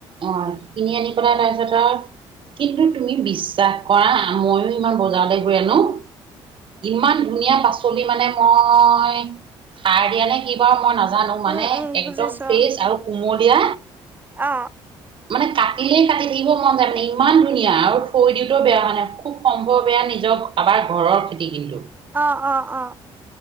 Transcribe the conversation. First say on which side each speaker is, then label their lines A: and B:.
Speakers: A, on the right; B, on the right.
A: অ', কিনি আনি পেলাই তাৰপিছত আও কিন্তু তুমি বিশ্বাস কৰা। আ, মইয়ো ইমান বজাৰলে গৈ আনো। ইমান ধুনীয়া পাচলি মানে মই সাৰ দিয়া নে কি বাৰু মই নাজানো মানে
B: উম উম বুজিছো
A: একদম ফ্ৰেছ আৰু কুমলিয়া
B: অ
A: মানে কাটিলেই কাটি থাকিব মন যায় মানে ইমান ধুনীয়া আৰু থৈ দিলেও বেয়া হোৱা নাই খুব সম্ভৱ সেয়া নিজৰ কাবাৰ ঘৰৰ খেতি কিন্তু
B: অ অ অ